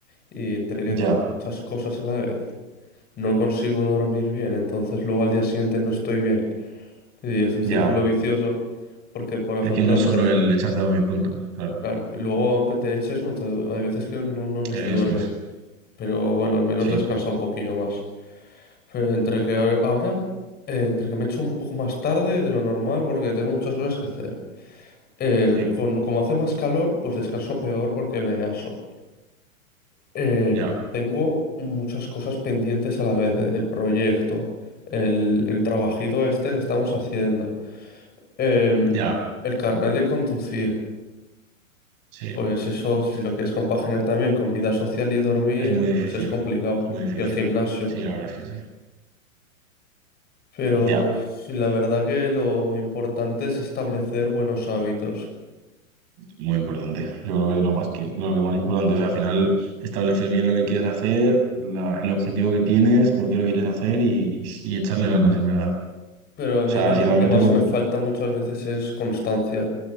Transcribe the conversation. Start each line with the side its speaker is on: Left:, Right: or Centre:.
Left: y entre que tengo
Right: ya,
Left: muchas cosas a la vez, no consigo dormir bien, entonces luego al día siguiente no estoy bien y es un círculo
Right: ya.
Left: vicioso porque, por ejemplo,
Right: Es que no es
Left: entre-
Right: solo el echarte a dormir pronto, claro.
Left: claro, y luego aunque te eches, no te- hay veces que uno no, uno no
Right: Eso
Left: se duerme,
Right: es,
Left: pero bueno, al menos
Right: sí,
Left: descansa un poquillo más. Pero entre que a- ahora, eh, entre que me echo un poco más tarde de lo normal porque tengo muchas cosas que hacer. Eh,
Right: sí,
Left: con, como hace más calor, pues descanso peor porque me aso. Em,
Right: ya,
Left: tengo muchas cosas pendientes a la vez. eh, El proyecto, el, el trabajito este que estamos haciendo, em,
Right: ya,
Left: el carnet de conducir.
Right: sí.
Left: Pues eso, si lo quieres compaginar también con vida social y dormir,
Right: Es muy difícil,
Left: pues es complicado.
Right: muy difícil.
Left: Y el gimnasio.
Right: Sí, la verdad es que sí.
Left: Pero
Right: Ya.
Left: sí, la verdad que lo importante es establecer buenos hábitos.
Right: Muy importante. Yo creo que lo más que lo que más importante es al final establecer bien lo que quieres hacer, la- el objetivo que tienes, por qué lo quieres hacer y, y echarle ganas, en verdad. O
Left: Pero a mí
Right: sea,
Left: yo
Right: si
Left: creo
Right: realmente
Left: que lo que más
Right: lo...
Left: me falta muchas veces es constancia.